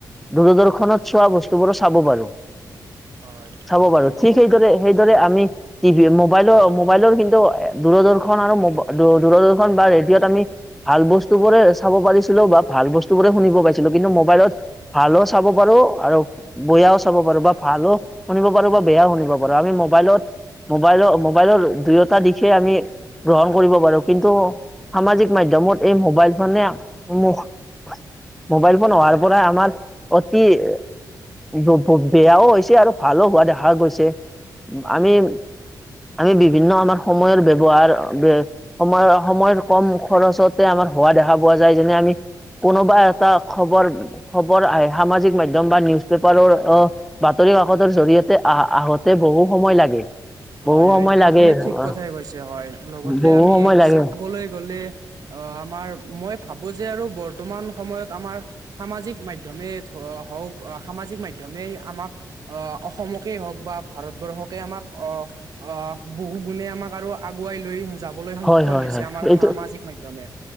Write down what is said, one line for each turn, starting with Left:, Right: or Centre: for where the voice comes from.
Centre: দূৰদৰ্শনত চোৱা বস্তুবোৰো চা'ব পাৰো।
Right: হয়
Centre: চাব পাৰো, ঠিক সেইদৰে সেইদৰে আমি টিভি, মোবাইল মোবাইলৰ কিন্তু দূৰদৰ্শন আৰু দূৰদৰ্শন বা ৰেডিঅ'ত আমি ভাল বস্তু বোৰে চাব পাৰিছিলো বা ভাল বস্তু বোৰে শুনিব পাইছিলো, কিন্তু মোবাইলত ভালো চাব পাৰো আৰু বয়াও চাব পাৰো বা ভালো শুনিব পাৰো বা বেয়াও শুনিব পাৰো। আমি মোবাইলত মোবাইল মোবাইলৰ দুয়োটা দিশে আমি গ্ৰহণ কৰিব পাৰো, কিন্তু সামাজিক মাধ্যমত এই মোবাইল ফোনে মোক মোবাইল ফোন অহাৰ
Right: হয়
Centre: পৰা আমাৰ অতি এ যো পো বেয়াও হৈছে আৰু ভালো হোৱা দেখা গৈছে।
Right: হয়
Centre: আমি
Right: হয়
Centre: আমি বিভিন্ন আমাৰ সময়ৰ ব্যৱহাৰ বে সময়ৰ সময়ত ক'ম খৰচতে আমাৰ হোৱা দেখা পোৱা যায়, যেনে আমি কোনোবা এটা খবৰ খবৰ আহ সামাজিক মাধ্যম বা নিউজ পেপাৰৰ অ'হ বাতৰি কাকতৰ জৰিয়তে আ আহোঁতে বহু সময় লাগে।
Right: হয়
Centre: বহু
Right: হয়
Centre: সময়
Right: এটো
Centre: লাগে
Right: আপুনি ঠিক
Centre: আহ,
Right: কথাই কৈছে হয়। লগতে
Centre: বহু
Right: আমি
Centre: সময় লাগে
Right: চাবলৈ গ'লে অ' আমাৰ মই ভাবো যে আৰু বৰ্তমান সময়ত আমাৰ সামাজিক মাধ্যমেই ধ হওঁক সামাজিক মাধ্যমেই আমাক অ' অসমকেই হওঁক বা ভাৰতবৰ্ষকে আমাক অ' অ' বহু গুণে আমাক আৰু আগুৱাই লৈ যাব বলৈ সক্ষম
Centre: হয় হয়
Right: হৈছে
Centre: হয়
Right: আমাৰ
Centre: এইটো
Right: সামাজিক মাধ্যমে